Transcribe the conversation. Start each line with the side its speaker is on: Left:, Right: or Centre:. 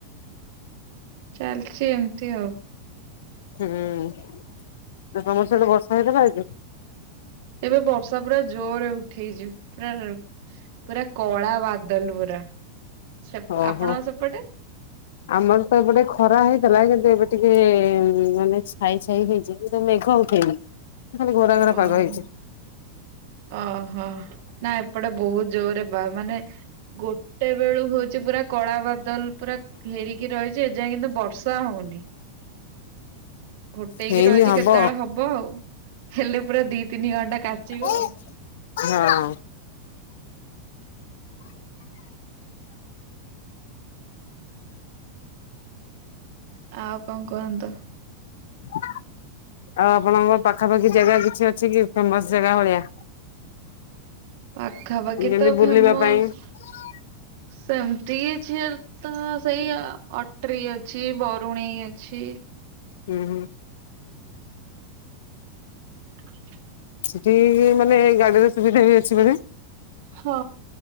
Right: ଚାଲଚି ଏମିତି ଆଉ।
Left: ହୁଁ, ତମର ସିଆଡେ ବର୍ଷା ହେଇଥିଲା ଆଜି?
Right: ଏବେ ବର୍ଷା ପୁରା ଜୋର୍ ରେ ଉଠେଇଛି। ପୁରା ପୁରା କଳା ବାଦଲ ପୁରା। ସେପ୍
Left: ଓହୋ।
Right: ଆପଣଙ୍କ ସେପଟେ?
Left: ଆମର ତ ଏପଟେ ଖରା ହେଇଥିଲା, କିନ୍ତୁ ଏବେ ଟିକେ-ଏ ମାନେ ଛାଇ ଛାଇ ହେଇଚି। କିନ୍ତୁ ମେଘ ଉଠେଇନି। ଖାଲି ଘୋରା ଘୋରା
Right: ଓହୋ!
Left: ପାଗ ହେଇଛି
Right: ଓହୋ! ନା ଏପଟେ, ବହୁତ ଜୋର୍ ରେ ବା ମାନେ ଗୋଟେ ବେଳୁ ହଉ ଚି ପୁରା କଳା ବାଦଲ ପୁରା ଘେରିକି ରହିଛି। ଏଯାଏଁ କିନ୍ତୁ ବର୍ଷା ହଉନି। ଘୋଟେଇକି
Left: ହେଇନି
Right: ରହିଛି
Left: ହବ
Right: କେତେବେଳେ ହବ ଆଉ? ହେଲେ ପୁରା ଦି ତିନି ଘଣ୍ଟା କାଚିବ
Left: ହୁଁ
Right: ଆଉ।
Left: ହଁ।
Right: ଆଉ କଣ କୁହନ୍ତୁ?
Left: <inaudible> ଆଉ ଆପଣଙ୍କ ପାଖାପାଖି ଜାଗା କିଛି ଅଛି କି, ଫେମସ୍ ଜାଗା ଭଳିଆ?
Right: ପାଖାପାଖି
Left: ଯେମିତି
Right: ତ
Left: ବୁଲିବା
Right: ଫେମସ୍
Left: <inaudible>
Right: ସେମିତି କିଛିଏଲ୍ ତ ସେଇ ଅଟ୍ରି ଅଛି, ବରୁଣେଇ ଅଛି।
Left: ହୁଁ, ହୁଁ।
Right: ହ
Left: ସେଠି ମାନେ ଗାଡିର ସୁବିଧା ବି ଅଛି ବଧେ?
Right: ହଁ।